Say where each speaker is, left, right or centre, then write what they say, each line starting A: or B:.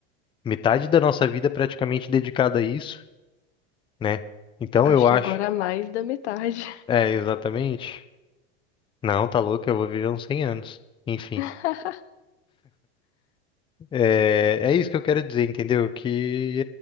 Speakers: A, on the left (about 15°); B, on the left (about 75°).
A: metade da nossa vida é praticamente dedicada a isso, né? Então
B: acho
A: eu acho,
B: que agora é mais da metade.
A: é, exatamente. Não, tá louco, eu vou viver uns 100 anos. Enfim,
B: <laughs>
A: é, é isso que eu quero dizer, entendeu? Que